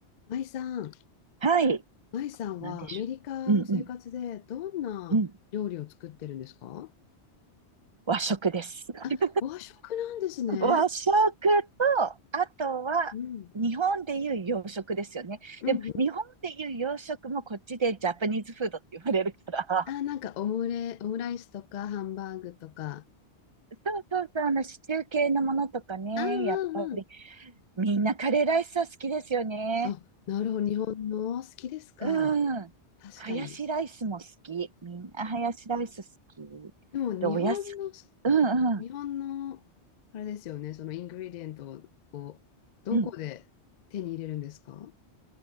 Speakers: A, on the left; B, on the right.
A: 舞さん、
B: はい。
A: 舞さんはアメリカの生活でどんな料理を作ってるんですか
B: なんでしょう。うんうん。うん。和食です。<laughs>
A: あ、和食なんですね。
B: 和食と、あとは、
A: うん。
B: 日本でいう洋食ですよね。
A: うんうん。
B: でも、日本でいう洋食もこっちでジャパニーズフードって言われるから。
A: あ、なんかオムレ、オムライスとかハンバーグとか。
B: そうそうそう、あの、シチュー系のものとかね、
A: あ、うんうん。
B: やっぱり、みんなカレーライスは好きですよね。
A: あ、なるほど。日本の好きですか。
B: うん。
A: 確かに。
B: ハヤシライスも好き。みんなハヤシライス好き。
A: でも日本の、
B: で、おやす、うんうん。
A: 日本の、あれですよね。そのイングリデントをどこで手に入れるんですか
B: うん。